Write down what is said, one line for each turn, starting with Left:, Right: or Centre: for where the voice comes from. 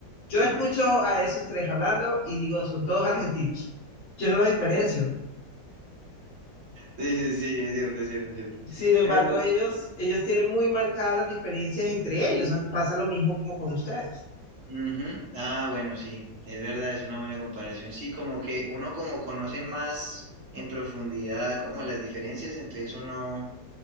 Left: Yo
Right: Mm.
Left: escucho a esos tres hablando y digo, son todos argentinos. Yo no los diferencio.
Right: <laughs> Sí, sí, sí, es cierto, es cierto, es cierto.
Left: Sin embargo,
Right: Pero pues,
Left: ellos, ellos tienen muy marcadas las diferencias entre ellos. Pasa lo mismo como con ustedes.
Right: Ujú. Ah, bueno, sí, es verdad, es una buena comparación. Sí, como que uno como conoce más en profundidad como las diferencias, entonces uno